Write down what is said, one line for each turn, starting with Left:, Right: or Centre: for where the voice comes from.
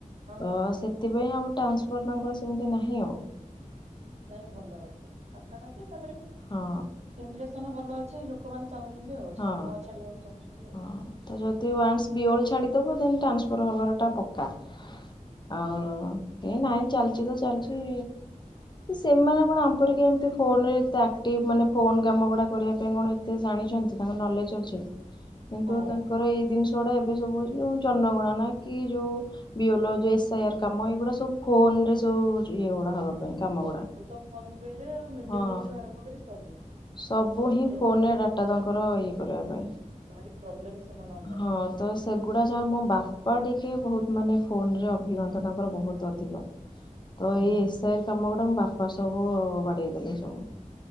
Left: ତ
Right: ହଁ, ହଁ, ହଁ
Left: ସେ ସେଥିପାଇଁ ଆଉ ଟ୍ରାନ୍ସଫର୍ ତାଙ୍କର ସେମିତି ନାହିଁ ଆଉ।
Right: ନାଇଁ ଭଲ ଅଛି ପାଖା ପାଖି ତାପରେ ବି
Left: ହଁ
Right: ଇମ୍ପ୍ରେସନ ଭଲ ଅଛି ଲୋକମାନେ ଚାହୁଁଛନ୍ତି ଆଉ ନ
Left: ହଁ
Right: ଛାଡିବାକୁ ଚାହୁଁଛନ୍ତି ଆଉ।
Left: ହଁ ତ ଯଦି ୱାନ୍ସ ବିଓଲ୍ ଛାଡ଼ିଦବ ଦେନ୍ ଟ୍ରାନ୍ସଫର୍ ହେବାରଟା ପକ୍କା। ଆଉ
Right: ହଁ,
Left: ଏ ନାଇଁ ଚାଲିଛି ତ ଚାଲିଛି। ସେମାନେ କଣ ଆମ ପରିକା ଏମିତି ଫୋନ ରେ ଏତେ ଆକ୍ଟିଭ ମାନେ ଫୋନ କାମ ଗୁଡା କରିବା ପାଇଁ କଣ ଜାଣିଛନ୍ତି ତାଙ୍କର ନଲେଜ ଅଛି କିନ୍ତୁ
Right: ହଁ,
Left: ତାଙ୍କର ଏଇ ଜିନିଷ ଗୁଡ଼ା ଏବେ ସବୁ ଯୋଉ ଜନଗଣନା କି ଯୋଉ ବି ଏ ଆଇ ଆର କାମ ଏଇଗୁଡା ସବୁ ଫୋନ ରେ ସବୁ ଇଏ ଗୁଡା ହବା ପାଇଁ କାମ
Right: ସବୁ
Left: ଗୁଡା।
Right: ତ ଫୋନ ପେ ରେ ଆଉ ମିଡ
Left: ହଁ
Right: ଡେ ମିଲ୍ ଠୁ ଆରମ୍ଭ କରି ସବୁ।
Left: ସବୁ
Right: ଫୋନ
Left: ହିଁ
Right: ରେ
Left: ଫୋନରେ
Right: ଚାଲିବ।
Left: ଡାଟା ତାଙ୍କର ଇଏ କରିବା ପାଇଁ
Right: ଭାରି ପ୍ରୋବ୍ଲେମ ସେମାନଙ୍କ ପାଇଁ।
Left: ହଁ ହଁ ତ ସେଗୁଡ଼ା ଯାହା ମୋ ବାପା ଟିକେ ବହୁତ ମାନେ ଫୋନେ ଅଭିଜ୍ଞତା ତାଙ୍କର ବହୁତ ଅଧିକ। ତ
Right: ହଁ,
Left: ଏଇ
Right: ହଁ।
Left: ଏସ୍ଆଇର କାମ ଗୁଡା ମୁ ବାପ ସବୁ ବାଡେଇ ଦେଲି ସବୁ।